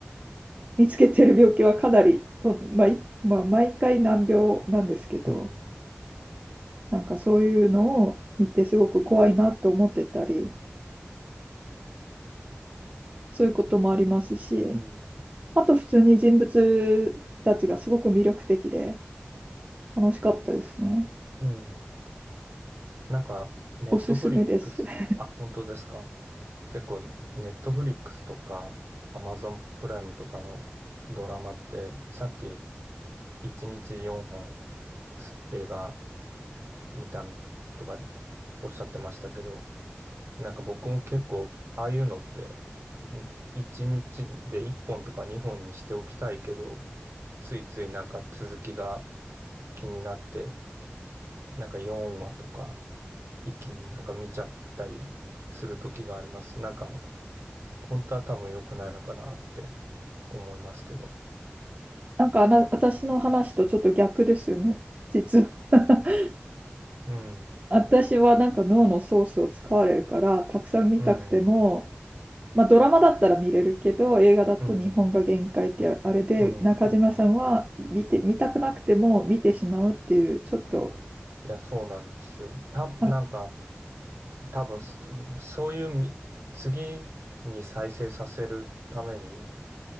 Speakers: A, on the right; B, on the right.
A: 見つけてる病気はかなりと、まあいまあ、毎回難病なんですけど、
B: うん、
A: なんかそういうのを見てすごく怖いなと思ってたり、そういうこともありますし。
B: うん、
A: あと普通に人物たちがすごく魅力的で楽しかったですね。
B: うん。なんか、ネットフリックス、
A: おすすめです。<laughs>
B: あ、本当ですか。結構、ネットフリックスとか、アマゾンプライムとかのドラマって、さっき、1日4本す映画見たとかおっしゃってましたけど、なんか僕も結構、ああいうのって、1日で1本とか2本にしておきたいけど、ついついなんか続きが気になって、なんか4話とか一気になんか見ちゃったりする時があります。なんか本当は多分良くないのかなって思いますけど。
A: なんかあな、私の話とちょっと逆ですよね、実は。<laughs>
B: うん、
A: 私はなんか脳のソースを使われるからたくさん見たくても、
B: うん、
A: まあ、ドラマだったら見れるけど映画だと日本が限界ってあれで中島さんは見て、
B: うん、うん、うん。
A: 見たくなくても見てしまうっていうちょっと
B: いや、そうなんですよ。た、なんか
A: あ
B: 多分すそういうみ次に再生させるために